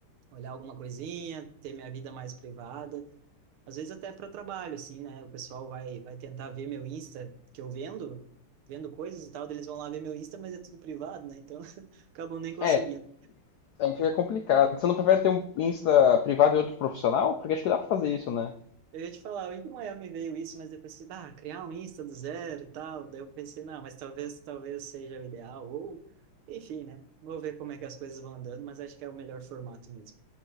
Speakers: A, on the right; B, on the left.
A: Olhar alguma coisinha, ter minha vida mais privada às vezes até para trabalho, assim, né? O pessoal vai, vai tentar ver meu Insta, que eu vendo, vendo coisas e tal, daí eles vão lá ver meu Insta, mas é tudo privado, né? Então, <laughs> acabam nem conseguindo.
B: É, A gente fica complicado. Você não prefere ter um Insta privado e outro profissional? Porque acho que dá pra fazer isso, né?
A: Eu ia te falar, em Miami veio isso, mas depois pensei, ah, criar um Insta do zero e tal. Daí eu pensei, não, mas talvez, talvez seja o ideal, ou enfim, né? Vou ver como é que as coisas vão andando, mas acho que é o melhor formato mesmo.